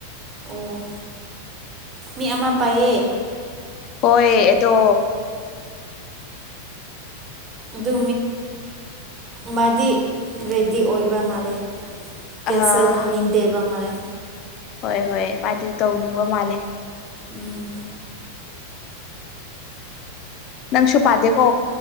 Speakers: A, on the right (about 25°); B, on the left (about 35°).
A: ꯑꯣ ꯃꯤ ꯑꯃ ꯄꯥꯏꯌꯦ
B: ꯍꯣꯏ ꯑꯗꯣ
A: ꯑꯗꯨ ꯃꯥꯗꯤ ꯔꯦꯗꯤ ꯑꯣꯏꯕ ꯃꯥꯜꯂꯦ
B: ꯑꯥ
A: ꯀꯦꯟꯁꯦꯜ ꯇꯡꯅꯤꯗꯦꯕ ꯃꯥꯏ
B: ꯍꯣꯏ ꯍꯣꯏ ꯃꯥꯗꯤ ꯇꯧꯅꯤꯡꯕ ꯃꯥꯜꯂꯦ
A: ꯎꯝ
B: ꯅꯪꯁꯨ ꯄꯥꯗꯦꯀꯣ